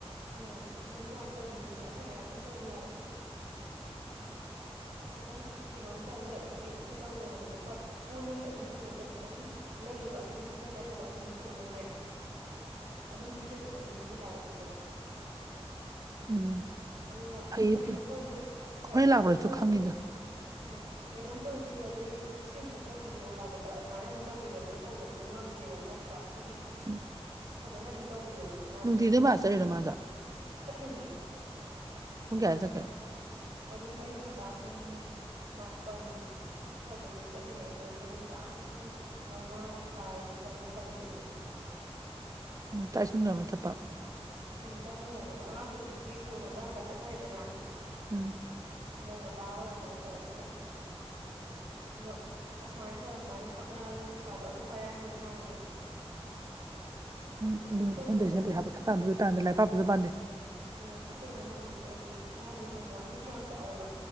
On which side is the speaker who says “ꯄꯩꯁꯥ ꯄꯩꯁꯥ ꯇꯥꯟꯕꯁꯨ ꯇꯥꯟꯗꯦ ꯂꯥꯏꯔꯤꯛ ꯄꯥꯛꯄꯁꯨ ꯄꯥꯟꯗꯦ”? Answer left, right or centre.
Right